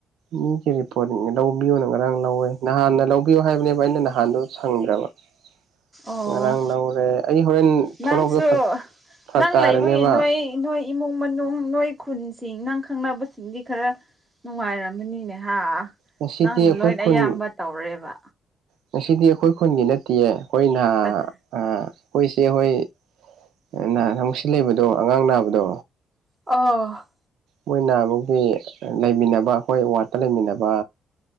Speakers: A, on the right; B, on the right.
A: ꯃꯤꯒꯤ ꯔꯤꯄꯣꯔꯠ ꯂꯧꯕꯤꯌꯣꯅ ꯉꯔꯥꯡ ꯂꯧꯋꯦ ꯅꯍꯥꯟꯅ ꯂꯧꯕꯤꯌꯨ ꯍꯥꯏꯕꯅꯦꯕ ꯑꯩꯅ ꯅꯍꯥꯟꯗꯣ ꯁꯪꯗ꯭ꯔꯕ <inaudible>
B: ꯑꯣ
A: ꯉꯔꯥꯡ ꯂꯧꯔꯦ ꯑꯩ ꯍꯣꯔꯦꯟ ꯊꯂꯛꯄꯗ
B: ꯅꯪꯁꯨ
A: ꯐꯔꯛ
B: ꯅꯪ
A: ꯇꯥꯔꯦꯅꯦꯕ
B: ꯂꯩꯕꯒꯤ ꯅꯣꯏ ꯅꯣꯏ ꯏꯃꯨꯡ ꯃꯅꯨꯡ ꯅꯣꯏ ꯈꯨꯟꯁꯤꯡ ꯅꯪ ꯈꯪꯅꯕꯁꯤꯡꯗꯤ ꯈꯔ ꯅꯨꯡꯉꯥꯏꯔꯝꯃꯅꯤꯅꯦ ꯍꯥ
A: ꯉꯁꯤꯗꯤ
B: ꯅꯪꯅ
A: ꯑꯩꯈꯣꯏ
B: ꯂꯣꯏ
A: ꯈꯨꯟ
B: ꯑꯌꯥꯝꯕ ꯇꯧꯔꯦꯕ
A: ꯉꯁꯤꯗꯤ ꯑꯩꯈꯣꯏ ꯈꯨꯟꯒꯤ ꯅꯠꯇꯦꯌꯦ ꯑꯩꯈꯣꯏꯅꯍ
B: ꯀꯅꯥ
A: ꯑꯩꯈꯣꯏꯆꯦ ꯍꫭꯏ <unintelligible> ꯂꯩꯕꯗꯣ ꯑꯉꯥꯡ ꯅꯥꯕꯗꯣ
B: ꯑꯣ
A: ꯃꯣꯏꯅꯍꯥꯟꯃꯨꯛꯒꯤ ꯂꯩꯃꯤꯟꯅꯕ ꯑꯩꯈꯣꯏ ꯋꯥꯠꯇ ꯂꯩꯃꯤꯟꯅꯕ